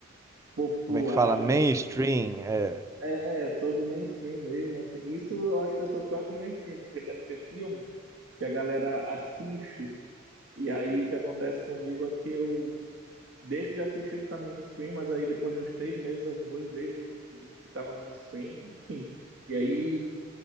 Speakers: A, on the right; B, on the right.
A: populares.
B: como é que fala? Mainstream.
A: assim.
B: É.
A: É, sou do mainstream mesmo, assim. Isso eu acho que eu sou pior que o mainstream, porque deve ter filme que a galera assiste. E aí o que acontece comigo é que eu deixo de assistir o que tá mainstream, mas aí depois de uns seis meses eu vou e vejo o que tava no mainstream, enfim. E aí